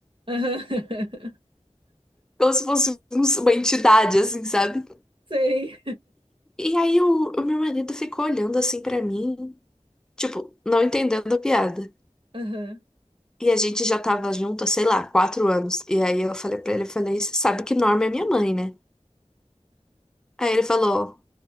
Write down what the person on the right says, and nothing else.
aham, <laughs>
sei,
aham,